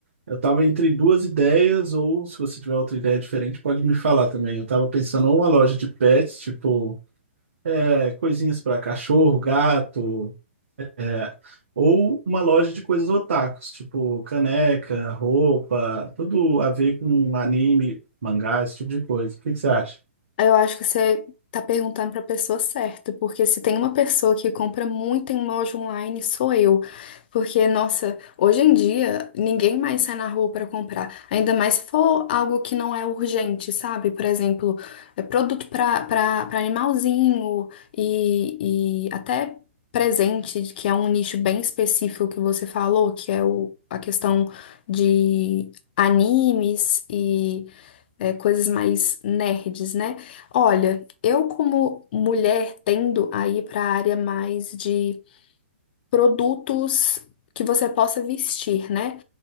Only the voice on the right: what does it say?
Eu tava entre duas ideias, ou se você tiver outra ideia diferente, pode me falar também. Eu tava pensando ou uma loja de pets, tipo, é, coisinhas para cachorro, gato. É, ou uma loja de coisas otakus, tipo caneca, roupa, tudo a ver com anime, mangá, esse tipo de coisa. O que que você acha?